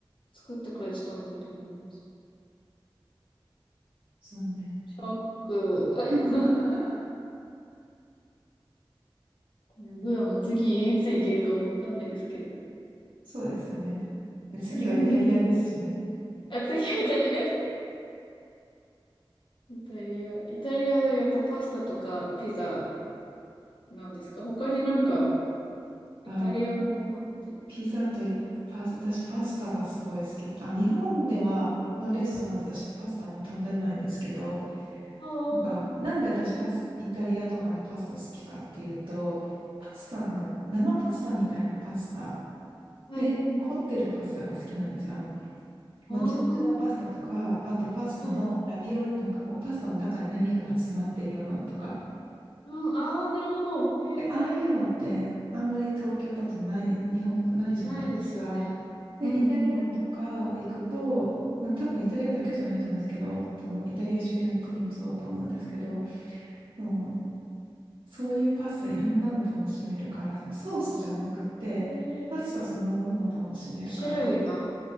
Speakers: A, on the left; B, on the right.
A: 作ってくれてたんだと思います。
B: 残念。
A: ショック。<laughs>
B: <laughs>
A: これグアム次いつ行けるかもわかんないですけど。
B: そうですよね。次はイタリアですしね。
A: <laughs> あ、次はイタリア。<laughs> イタリア。イタリアではやっぱパスタとかピザなんですか他になんか、イタリアのご飯って。
B: あ、ピザといパス、私パスタがすごい好きで。あ、日本ではのレストランで私パスタあんま食べないんですけど、
A: ああ、
B: なんか、
A: は
B: なんで私パス、イタリアとかのパスタ好きかっていうと、パスタ、あの、生パスタみたいなパスタで、
A: い。うん、
B: 凝ってるパスタが好きなんですよ。あの、
A: あ
B: もちもちのパスタとか、あとパスタのラビオリ、
A: あ、はい。
B: なんかこう、パスタの中に何かが詰まってるようなのとか。
A: うん、ああ、なるほど。へえ。
B: で、ああいうのって、あんまり東京だとない、日本がないじゃないですか。
A: ないですよね。
B: で、
A: うんうんうん。
B: イタリアとか行くと、まあ、多分イタリアだけじゃないと思うんですけど、そのイタリア周辺の国もそうだと思うんですけど、そのそういうパスタいろんなの楽しめるから、そのソースじゃなくて、
A: えー、
B: パスタそのものを楽しめるから、
A: 種類が。